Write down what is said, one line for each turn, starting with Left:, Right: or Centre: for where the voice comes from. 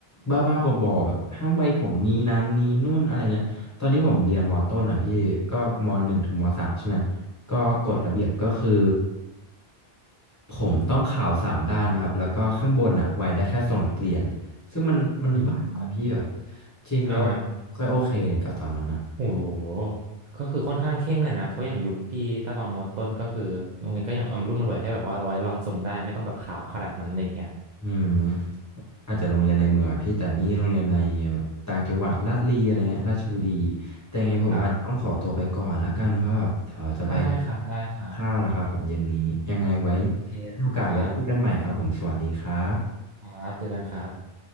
Left: บ้าๆบอๆแบบห้ามไว้ผมนี้นั้นนี้นู่นอะไรเงี้ย ตอนที่ผมเรียนมต้นอ่ะพี่ก็มหนึ่งถึงมสามใช่ไหมก็กฎระเบียบก็คือผมต้องขาวสามด้านนะครับ แล้วก็ข้างบนอ่ะไว้ได้แค่ทรงนักเรียน ซึ่งมันมันบ้าอะพี่แบบ
Right: อืม
Left: จริงแล้วแบบไม่ค่อยโอเคเลยกับตอนนั้นอ่ะ
Right: อ่า โอ้โห ก็คือค่อนข้างเคร่งเลยนะ เพราะอย่างยุคพี่ตาตอนมอต้นก็คือโรงเรียนก็ยังเอามารุ่มมารวยให้แบบว่าเราไว้ลองส่งได้ไม่ต้องแบบข่าวขนาดนั้นอะไรอย่างเงี้ย
Left: อืมอาจจะโรงเรียนในเมืองอะพี่แต่นี่โรงเรียนในแบบต่างจังหวัดลาดลีอะไรเงี้ยราชบุรีแต่ยังไงผมอาจต้องขอตัวไปก่อนแล้วกันเพราะแบบเดี๋ยวจะไป
Right: ครับได้ครับได้ครับ
Left: กินข้าวแล้วครับผมเย็นนี้ยังไงไว้
Right: โอเคครับ
Left: มีโอกาสไว้คุยกันใหม่ครับผมสวัสดีครับ
Right: ครับเจอกันครับ